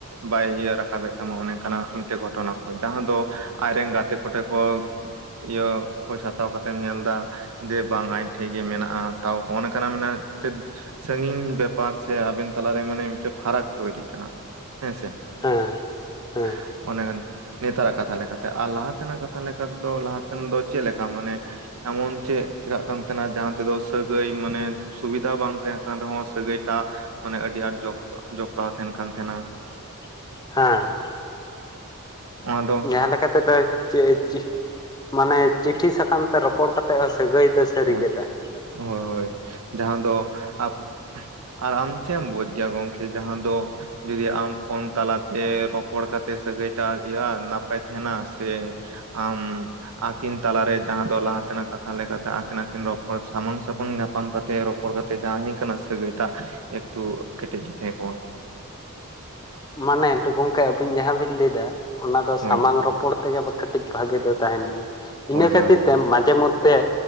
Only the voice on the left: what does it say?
ᱦᱮᱸ
ᱦᱮᱸ
<unintelligible> ᱦᱮᱸ
ᱡᱟᱦᱟᱸ ᱞᱮᱠᱟ ᱛᱮᱫᱚ ᱪᱮᱫ ᱮ ᱪᱤ ᱢᱟᱱᱮ ᱪᱤᱴᱷᱤ ᱥᱟᱠᱟᱢ ᱛᱮ ᱨᱚᱯᱚᱲ ᱠᱟᱛᱮ ᱮᱫ ᱦᱚᱸ ᱥᱟᱹᱜᱟᱹᱭ ᱫᱚ ᱥᱟᱹᱨᱤ
ᱜᱮ ᱛᱟᱦᱮᱱ ᱛᱟᱵᱚᱱᱟ᱾
ᱢᱟᱱᱮ ᱜᱚᱝᱠᱮ ᱟᱵᱤᱱ ᱡᱟᱦᱟᱸ ᱵᱤᱱ ᱞᱟᱹᱭ ᱮᱫᱟ ᱚᱱᱟ ᱫᱚ
ᱥᱟᱢᱟᱝ ᱨᱚᱯᱚᱲ ᱛᱮᱜᱮ ᱠᱟᱹᱴᱤᱡ ᱵᱷᱟᱜᱮ ᱫᱚ ᱛᱟᱦᱮᱱ ᱜᱮᱭᱟ ᱤᱱᱟᱹ
ᱠᱷᱟᱹᱛᱤᱨ
ᱛᱮ ᱢᱟᱡᱷᱮ ᱢᱚᱫᱷᱮ